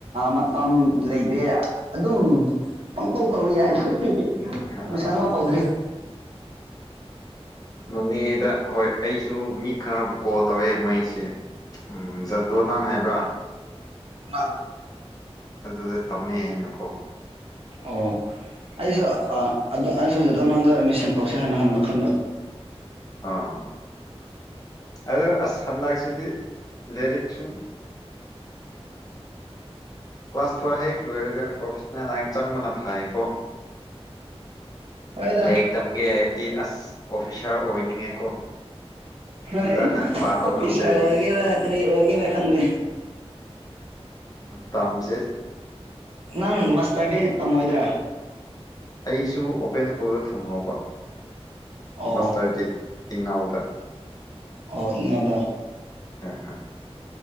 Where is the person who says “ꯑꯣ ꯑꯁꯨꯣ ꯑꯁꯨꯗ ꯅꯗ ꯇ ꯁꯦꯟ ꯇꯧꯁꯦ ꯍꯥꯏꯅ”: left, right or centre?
Right